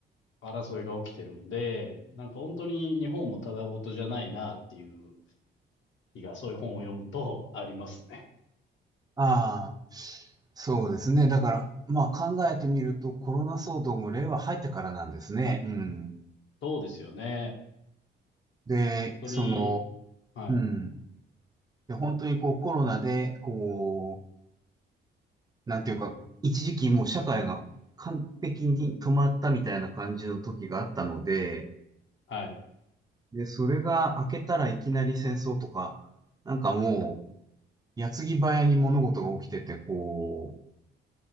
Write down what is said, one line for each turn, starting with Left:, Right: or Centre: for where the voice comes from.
Left: 争いが起きてるんで、なんか本当に日本もただごとじゃないなっていう気が、そういう本を読むとありますね。
Right: ああ、そうですね。だから、まあ考えてみると、コロナ騒動も令和入ってからなんですね。うん。
Left: そうですよね。
Right: で、
Left: 本当に、
Right: その、
Left: はい、
Right: うん。で、本当にこうコロナで、こう、なんていうか、一時期もう社会が完璧に止まったみたいな感じの時があったので、
Left: はい。
Right: で、それが明けたらいきなり戦争とか、なんかもう、矢継ぎ早に物事が起きてて、こう、